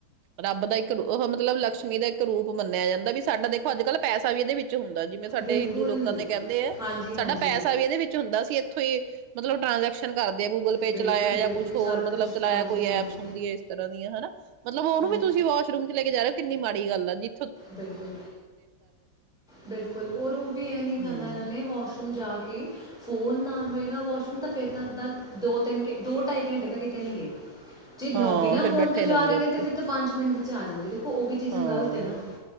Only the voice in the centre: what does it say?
ਬਿਲਕੁਲ
ਹਾਂਜੀ ਹਾਂਜੀ
ਬਿਲਕੁਲ
ਬਿਲਕੁਲ
ਸਭ
ਕੁਝ
ਹਾਂਜੀ
ਹਾਂਜੀ
ਹਾਂ
ਬਿਲਕੁਲ ਬਿਲਕੁਲ ਔਰ ਇਹ ਵੀ ਨਹੀਂ ਕਰਨਾ
ਇਹਨਾਂ ਨੇ ਵਾਸ਼ਰੂਮ ਜਾ ਕੇ ਓ ਫੋਨ ਆਨ ਹੋਏਗਾ ਵਾਸ਼ਰੂਮ ਤਾਂ ਫਿਰ ਤਾਂ ਇੱਦਾਂ ਦੋ ਤਿੰਨ ਦੋ ਢਾਈ ਘੰਟੇ ਤਾਂ ਕਿਤੇ ਨਹੀਂ ਗਏ। ਜੇ ਨੋ
ਬਿਨਾ
ਫੋਨ
ਤੋਂ ਜਾ
ਰਹੇ
ਨੇ ਤੇ ਫਿਰ ਤਾਂ ਪੰਜ ਮਿੰਟ ਵਿੱਚ ਆ ਜਾਣਗੇ ਦੇਖੋ ਉਹ ਵੀ ਚੀਜ਼ਾਂ
ਗ਼ਲਤ ਹੈ ਨਾ।